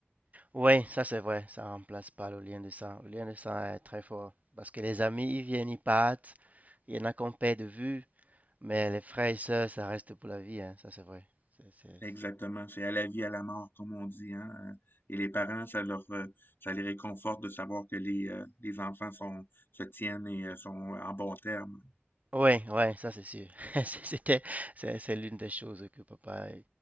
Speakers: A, on the right; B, on the left.
A: Oui, ça c'est vrai, ça remplace pas le lien de sang. Le lien de sang est très fort parce que les amis, ils viennent, ils partent, il y en a qu'on perd de vue, mais les frères et sœurs, ça reste pour la vie, hein, ça c'est vrai. C'est, c'est,
B: Exactement,
A: c'est-
B: c'est à la vie, à la mort, comme on dit, hein. euh, Et les parents, ça leur, euh, ça les réconforte de savoir que les, euh, les enfants sont, se tiennent et euh, sont en bon terme.
A: Ouais, ouais, ça c'est sûr. <laughs> C'est- C'était, c'est c'est l'une des choses que papa,